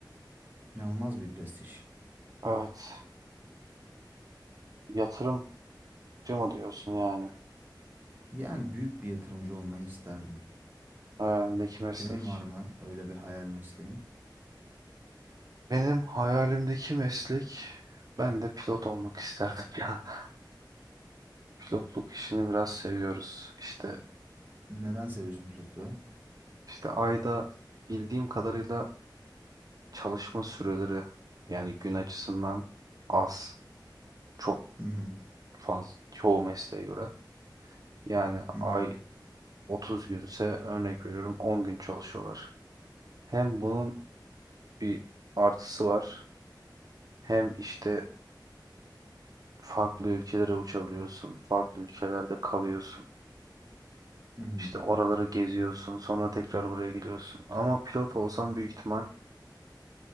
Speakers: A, on the right; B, on the right.
A: İnanılmaz bir prestij.
B: Evet. Yatırımcı mı diyorsun yani?
A: Yani büyük bir yatırımcı olmayı isterdim.
B: Hayalindeki meslek.
A: Senin var mı öyle bir hayal mesleğin?
B: Benim hayalimdeki meslek ben de pilot olmak isterdim ya. <laughs> Pilotluk işini biraz seviyoruz. İşte
A: Neden seviyorsun pilotluğu?
B: işte ayda bildiğim kadarıyla çalışma süreleri yani gün açısından az. Çok
A: Hı hı,
B: fazla çoğu mesleğe göre. Yani
A: hı
B: ay
A: hı,
B: 30 günse örnek veriyorum 10 gün çalışıyorlar. Hem bunun bir artısı var hem işte farklı ülkelere uçabiliyorsun. Farklı ülkelerde kalıyorsun.
A: hı hı.
B: İşte oraları geziyorsun sonra tekrar buraya geliyorsun. Ama pilot olsam büyük ihtimal